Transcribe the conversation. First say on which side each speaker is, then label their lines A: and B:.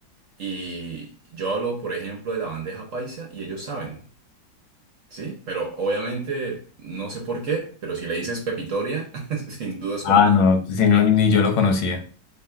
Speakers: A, on the right (about 55°); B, on the left (about 85°).
A: y yo hablo, por ejemplo, de la bandeja paisa y ellos saben, ¿sí? Pero obviamente, no sé por qué, pero si le dices pepitoria, <laughs> sin duda es
B: Ah,
A: como... "Ah,
B: no, si no,
A: ¿qué?
B: ni yo lo conocía.